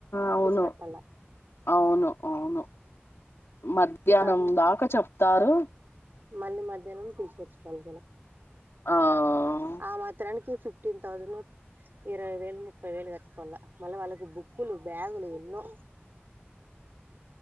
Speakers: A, on the left; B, on the right.
A: అవును,
B: కట్టాల
A: అవును అవును మధ్యాహ్నం
B: అట్లా
A: దాకా చెప్. తారు.
B: మళ్ళీ మధ్యాహ్నం తీసుకొచ్చి పల్.
A: ఆ
B: <unintelligible> ఆ మాత్రానికి, ఫిఫ్టీన్ తౌజను. ఇరవై వేలు, ముప్పై వేలు కట్టుకోల్ల. మళ్ళీ వాళ్ళకు బుక్కులు, బ్యాగులు ఎన్నో.